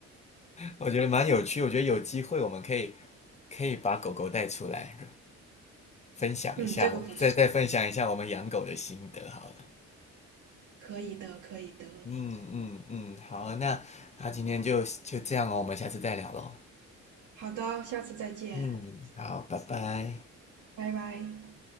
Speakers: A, on the left; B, on the right.
A: 我觉得蛮有趣，我觉得有机会我们可以可以把狗狗带出来，分享一下，
B: 嗯，这个不错，
A: 再再分享一下我们养狗的心得好了。
B: 可以的，可以的。
A: 嗯嗯嗯，好，那那今天就就这样哦，我们下次再聊喽。
B: 好的，下次再见，
A: 嗯，好，拜拜。
B: 拜拜。